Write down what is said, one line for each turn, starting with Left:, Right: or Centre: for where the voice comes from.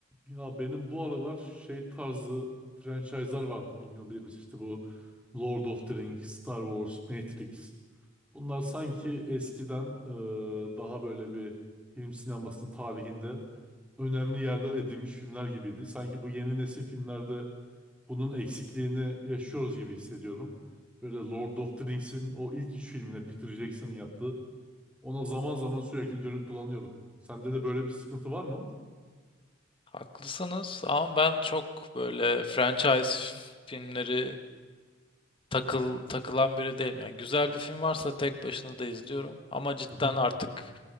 Centre: Ya benim bu aralar şey tarzı franchise'lar vardı bilmiyorum bilir misin? İşte bu Lord of the Rings, Star Wars, Matrix. Bunlar sanki eskiden e, daha böyle bir film sinemasının tarihinde önemli yerler edinmiş filmler gibiydi. Sanki bu yeni nesil filmlerde bunun eksikliğini yaşıyoruz gibi hissediyorum. Böyle Lord of the Rings'in o ilk üç filmine Peter Jackson'ın yaptığı. Ona zaman zaman sürekli dönüp dolanıyorum. Sende de böyle bir sıkıntı var mı?
Left: Haklısınız ama ben çok böyle franchise filmleri takıl takılan biri değilim. Yani güzel bir film varsa tek başına da izliyorum. Ama cidden
Centre: Hı hı,
Left: artık